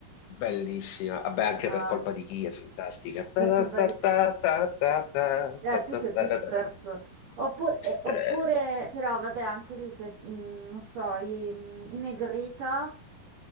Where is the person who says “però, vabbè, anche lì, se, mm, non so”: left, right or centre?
Right